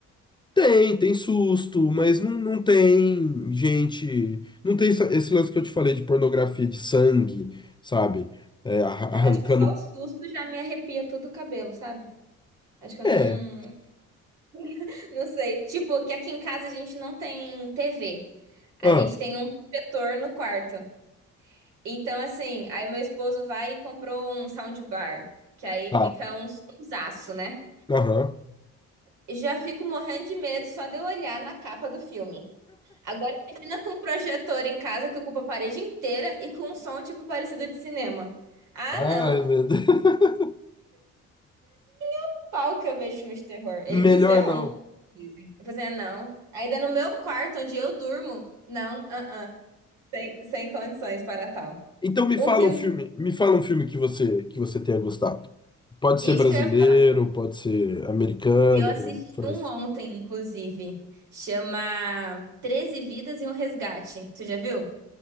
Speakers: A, on the left; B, on the right.
A: Tem, tem susto, mas não, não tem gente. Não tem essa- esse lance que eu te falei de pornografia de sangue, sabe? É, arra-
B: Mas
A: arrancando.
B: acho que só o susto já me arrepia todo o cabelo, sabe? Acho que eu
A: É.
B: não. <laughs> Não sei. Tipo, que aqui em casa a gente não tem TV. A
A: Ah,
B: gente tem um protetor no quarto. Então, assim, aí meu esposo vai e comprou um soundbar, que aí
A: tá.
B: fica um sonsaço, né?
A: Aham.
B: Eu já fico morrendo de medo só de eu olhar na capa do filme. Agora imagina com um projetor em casa que ocupa a parede inteira e com um som tipo parecido de cinema. Ah,
A: Ai,
B: não.
A: meu Deus. <laughs>
B: O pau que eu vejo filmes de terror. Ele
A: Melhor
B: quis ver um,
A: não.
B: inclusive. Eu falei, assim, ah, não. Ainda no meu quarto, onde eu durmo. Não, ah, ah. Sem, sem condições para tal.
A: Então me
B: Um
A: fala
B: filme.
A: um filme, me fala um filme que você que você tenha gostado. Pode
B: Isso
A: ser brasileiro,
B: que eu ia falar.
A: pode ser americano,
B: Eu assisti
A: francês.
B: um ontem, inclusive. Chama 13 Vidas e um Resgate. Tu já viu?